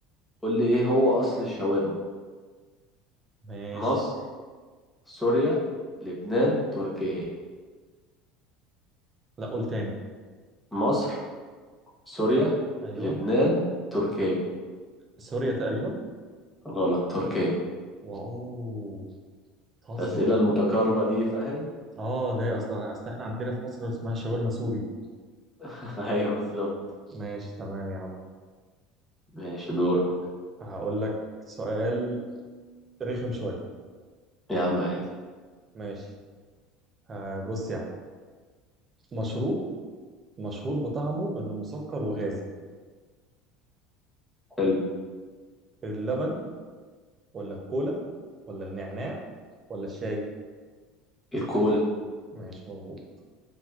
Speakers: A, in the centre; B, on the right.
A: قول لي ايه هو اصل الشاورما
B: ماشي
A: مصر سوريا لبنان تركيا
B: لا قول تاني
A: مصر سوريا
B: ايوه
A: لبنان تركيا
B: سوريا تقريبا
A: غلط تركيا
B: واو بتهزر
A: الاسئله المتقاربه دي فاهم
B: اه ده ايه اصل اصل احنا عندنا في مصر اسمها شاورما سوري
A: <laughs> ايوه بالظبط
B: ماشي تمام يا عم
A: ماشي دورة
B: هقول لك سؤال رخم شويه
A: يا عم عادي
B: ماشي آه بص يا عم مشروب مشهور بطعمه انه مسكر وغازي
A: حلو
B: اللبن ولا الكولا ولا النعناع ولا الشاي
A: الكولا
B: ماشي مظبوط